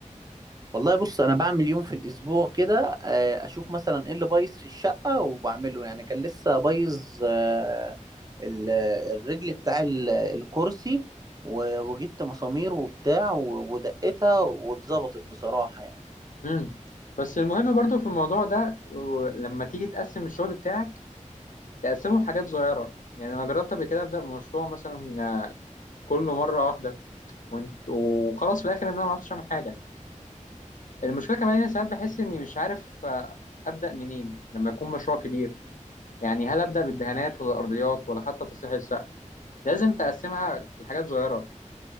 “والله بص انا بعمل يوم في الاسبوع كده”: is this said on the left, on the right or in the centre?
Right